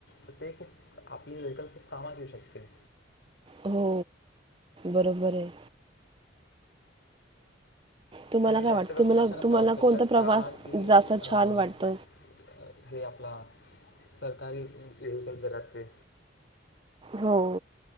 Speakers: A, on the left; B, on the right.
A: तर ते खूप आपली व्हेकल खूप कामात येऊ शकते.
B: हो बरोबर आहे. तुम्हाला
A: तुम्ही
B: काय
A: जास्त
B: वाटत
A: करून
B: तुम्हाला
A: कशानं
B: तुम्हाला
A: प्रवास करता
B: कोणता प्रवास
A: कार की
B: जास्त
A: अं,
B: छान वाटत.
A: जस- अं, हे आपला सरकारी वेहिकल जरात ते
B: हो.